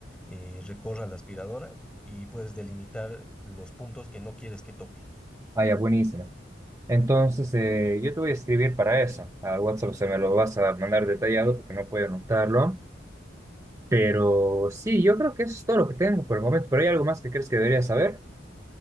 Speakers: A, in the centre; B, on the right (about 15°).
A: eh, recorra la aspiradora y puedes delimitar los puntos que no quieres que toque.
B: Ah, ya, buenísimo. Entonces, eh, yo te voy a escribir para eso. Al WhatsApp se me lo vas a mandar detallado porque no puedo anotarlo. Pero sí, yo creo que eso es todo lo que tengo por el momento. Pero hay algo más que crees que debería saber.